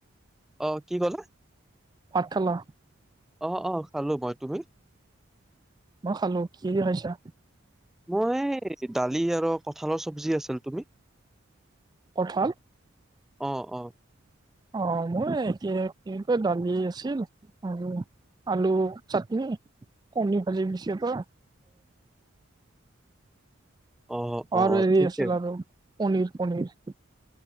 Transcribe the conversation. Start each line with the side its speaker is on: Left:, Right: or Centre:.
Centre: অ', কি ক'লা?
Right: ভাত খালা?
Centre: অ', অ', খালোঁ মই, তুমি?
Right: ম‌ই খালোঁ। কিহেদি খাইছা?
Centre: মই এই দালি আৰু কঠালৰ চব্জি আছিল, তুমি?
Right: কঠাল?
Centre: অ', অ'।
Right: অ', মই একে একে দালি আছিল আৰু আলু চাট্‌নি, কণী ভাজি দিছে এটা
Centre: অ অ
Right: আৰু হেৰি
Centre: ঠিকে
Right: আছিল আৰু পনীৰ পনীৰ